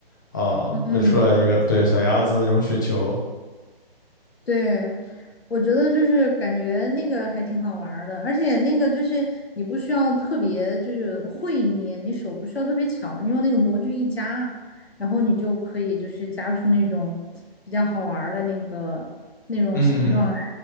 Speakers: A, on the left; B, on the left.
A: 啊，
B: 嗯，
A: 就出来一个对小鸭子那种雪球。
B: 对，我觉得就是感觉那个还挺好玩儿的，而且那个就是你不需要特别就是会捏，你手不需要特别巧，你用那个模具一夹，然后你就可以就是夹出那种比较好玩儿的那个那种形状来。
A: 嗯，